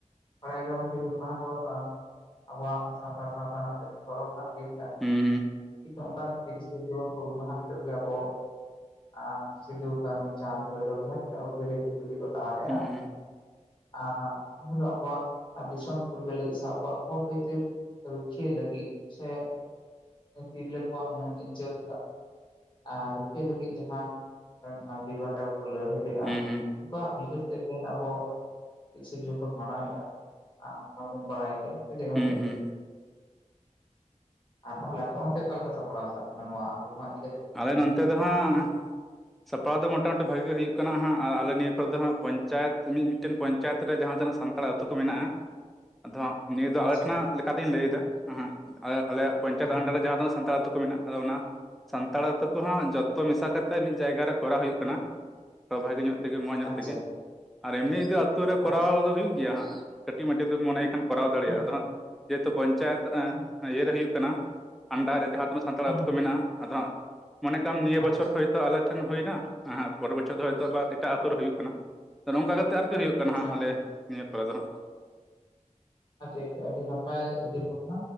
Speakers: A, on the left; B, in the centre.
A: ᱵᱟᱲᱟᱭ ᱜᱮᱭᱟᱵᱚᱱ ᱡᱮ ᱦᱩᱞ ᱢᱟᱦᱟ ᱫᱚ ᱟᱸ ᱟᱵᱚᱣᱟᱜ ᱥᱟᱱᱛᱟᱲ ᱥᱟᱶᱛᱟ ᱨᱮᱱᱟᱜ ᱛᱤᱱᱟᱹᱜ ᱜᱚᱨᱚᱵᱽ ᱟᱱᱟᱜ ᱫᱤᱱ ᱠᱟᱱᱟ,
B: ᱦᱩᱸ ᱦᱩᱸ
A: ᱴᱷᱤᱠ ᱚᱱᱠᱟᱱ ᱛᱤᱨᱤᱥᱮ ᱡᱩᱱ ᱦᱩᱞ ᱢᱟᱦᱟ ᱦᱤᱞᱳᱜ ᱜᱮ ᱟᱵᱚ ᱟᱨ ᱥᱤᱫᱩ, ᱠᱟᱹᱱᱩ, ᱪᱟᱸᱫᱽ, ᱵᱷᱳᱭᱨᱚᱵᱽ ᱡᱟᱦᱟᱸ ᱛᱤᱱᱟᱹᱜ ᱦᱩᱞᱜᱟᱹᱨᱤᱭᱟᱹ <unintelligible> ᱠᱚ ᱛᱟᱦᱮᱞᱮᱜᱼᱟ
B: ᱦᱩᱸ ᱦᱩᱸ
A: ᱟᱨ ᱮᱱᱦᱤᱞᱳᱜ ᱟᱵᱚᱣᱟᱜ ᱫᱤᱥᱚᱢ ᱯᱷᱩᱨᱜᱟᱹᱞ ᱞᱟᱹᱜᱤᱫ ᱥᱮ ᱟᱵᱚᱣᱟᱜ ᱦᱚᱠ ᱟᱹᱭᱫᱟᱹᱨ ᱨᱩᱠᱷᱤᱭᱟᱹ ᱞᱟᱹᱜᱤᱫ ᱥᱮ ᱮᱸᱜ ᱛᱤᱨᱞᱟᱹ ᱠᱚᱣᱟᱜ ᱢᱟᱹᱱ ᱤᱡᱽᱡᱚᱛ ᱟᱨ ᱨᱩᱠᱷᱤᱭᱟᱹ ᱞᱟᱹᱜᱤᱫ ᱡᱟᱦᱟᱸ ᱵᱤᱨ ᱵᱟᱱᱴᱟ ᱞᱟᱹᱲᱦᱟᱹᱭ ᱞᱮᱜᱼᱟ
B: ᱦᱩᱸ ᱦᱩᱸ ᱦᱩᱸ ᱦᱩᱸ
A: ᱩᱱᱠᱩ ᱟᱜ ᱩᱭᱦᱟᱹᱨ ᱛᱮ ᱛᱮᱜᱮ ᱟᱵᱚ ᱛᱤᱨᱤᱥᱮ ᱡᱩᱱ ᱵᱚᱱ ᱢᱟᱱᱟᱣ ᱮᱜᱼᱟ, ᱚᱱᱟ ᱫᱚᱵᱚᱱ ᱵᱟᱲᱟᱭ ᱜᱮᱭᱟ ᱥᱮ ᱪᱮᱫ ᱜᱚᱢᱠᱮ?
B: ᱦᱩᱸ ᱦᱩᱸ
A: ᱟᱨ ᱛᱟᱦᱚᱞᱮ ᱟᱯᱮ ᱚᱱᱛᱮ ᱚᱠᱟᱞᱮᱠᱟ ᱥᱟᱯᱲᱟᱣ ᱪᱟᱞᱟᱜ ᱠᱟᱱᱟ ᱱᱚᱣᱟ ᱦᱩᱞ ᱢᱟᱦᱟ ᱤᱫᱤ ᱠᱟᱛᱮᱜ?
B: ᱟᱞᱮ ᱱᱚᱱᱛᱮ ᱫᱚ ᱦᱟᱸᱜ ᱥᱟᱯᱲᱟᱣ ᱫᱚ ᱢᱚᱴᱟᱢᱩᱴᱤ ᱵᱷᱟᱜᱤ ᱜᱮ ᱦᱩᱭᱩᱜ ᱠᱟᱱᱟ ᱦᱟᱸᱜ ᱟᱨ ᱟᱞᱮ ᱱᱤᱭᱟᱹ ᱠᱚᱨᱮ ᱫᱚ ᱦᱟᱸᱟᱜ ᱯᱚᱧᱪᱟᱭᱮᱛ ᱢᱤ ᱢᱤᱫ ᱢᱤᱫᱴᱮᱱ ᱯᱚᱧᱪᱟᱭᱮᱛ ᱨᱮ ᱡᱟᱦᱟᱸ ᱛᱤᱱᱟᱹᱜ ᱥᱟᱱᱛᱟᱲ ᱟᱹᱛᱩ ᱠᱚ ᱢᱮᱱᱟᱜᱼᱟ
A: <inaudible>
B: ᱟᱫᱚ ᱦᱟᱸᱜ ᱱᱤᱭᱟᱹ ᱫᱚ
A: ᱟᱪᱪᱷᱟ
B: ᱟᱞᱮ ᱴᱷᱮᱱᱟᱜ ᱞᱮᱠᱟᱛᱤᱧ ᱞᱟᱹᱭ ᱮᱫᱟ ᱦᱟᱸᱜ ᱟᱞᱮ ᱟᱞᱮᱭᱟᱜ ᱯᱚᱧᱪᱟᱭᱮᱛ
A: ᱦᱩᱸ
B: ᱟᱱᱰᱟᱨ ᱨᱮ ᱡᱟᱦᱟᱸ ᱛᱤᱱᱟᱹᱜ ᱥᱟᱱᱛᱟᱲ ᱟᱹᱛᱩ ᱠᱚ ᱢᱮᱱᱟᱜ ᱟᱫᱚ ᱚᱱᱟ ᱥᱟᱱᱛᱟᱲ ᱟᱹᱛᱩ ᱠᱚ ᱦᱟᱸᱜ ᱡᱚᱛᱛᱚ ᱢᱮᱥᱟ ᱠᱟᱛᱮ ᱢᱤᱫ ᱡᱟᱭᱜᱟ ᱨᱮ ᱠᱚᱨᱟᱣ ᱦᱩᱭᱩᱜ ᱠᱟᱱᱟ᱾ ᱛᱚ ᱵᱷᱟᱜᱮ ᱧᱚᱜᱼᱼ ᱛᱮᱜᱮ ᱢᱚᱸᱡᱽ ᱧᱚᱜ
A: ᱟᱪᱪᱷᱟ
B: ᱛᱮᱜᱮ ᱟᱨ ᱮᱢᱱᱤ ᱫᱚ ᱟᱛᱳ ᱨᱮ ᱠᱚᱨᱟᱣ
A: ᱟᱪᱪᱷᱟ
B: ᱫᱚ ᱦᱩᱭᱩᱜ ᱜᱮᱭᱟ ᱦᱟᱸᱜ ᱠᱟᱹᱴᱤᱡ ᱢᱟᱹᱴᱤᱡ ᱫᱚᱢ ᱢᱚᱱᱮᱭ ᱠᱷᱟᱱ, ᱼᱼ ᱠᱚᱨᱟᱣ ᱫᱟᱲᱮᱭᱟᱜ-ᱟ
A: ᱦᱩᱸ
B: ᱟᱫᱚ ᱦᱟᱸᱜ ᱡᱮᱦᱮᱛᱩ ᱯᱚᱧᱪᱟᱭᱮᱛ
A: ᱦᱩᱸ ᱦᱩᱸ
B: ᱤᱭᱟᱹᱨᱮ ᱦᱩᱭᱩᱜ ᱠᱟᱱᱟᱼᱼ ᱟᱱᱰᱟᱨ ᱨᱮ ᱡᱟᱦᱟᱸ ᱛᱤᱱᱟᱹᱜ ᱥᱟᱱᱛᱟᱲ
A: ᱦᱩᱸ
B: ᱟᱹᱛᱩ
A: ᱦᱩᱸ ᱦᱩᱸ
B: ᱠᱚ ᱢᱮᱱᱟᱜ-ᱟ ᱟᱫᱚ ᱦᱟᱸᱜ ᱢᱚᱱᱮ ᱠᱟᱢ ᱱᱤᱭᱟᱹ
A: ᱟᱪᱪᱷᱟ
B: ᱵᱚᱪᱷᱚᱨ ᱦᱚᱭᱛᱚ ᱟᱞᱮᱼᱼ ᱴᱷᱮᱱ ᱦᱩᱭᱱᱟ ᱟᱸ ᱯᱚᱨᱮᱨ ᱵᱚᱪᱷᱚᱨ ᱫᱚ ᱦᱚᱭᱛᱚ ᱟᱵᱟᱨ ᱮᱴᱟᱜ ᱟᱛᱳ ᱨᱮ ᱦᱩᱭᱩᱜ ᱠᱟᱱᱟ ᱛᱚ ᱱᱚᱝᱠᱟ ᱠᱟᱛᱮ ᱟᱨᱠᱤ ᱦᱩᱭᱩᱜ, ᱼᱼ ᱠᱟᱱᱠᱟ ᱦᱟᱜ
A: ᱟᱪᱪᱷᱟ
B: ᱟᱞᱮ ᱱᱤᱭᱟᱹ ᱯᱚᱨᱮ ᱫᱚ ᱦᱟᱹᱜ᱾
A: ᱟᱪᱪᱷᱟ ᱟᱪᱪᱷᱟ ᱟᱹᱰᱤ ᱱᱟᱯᱟᱭ ᱩᱭᱦᱟᱹᱨ ᱵᱷᱟᱵᱽᱱᱟ᱾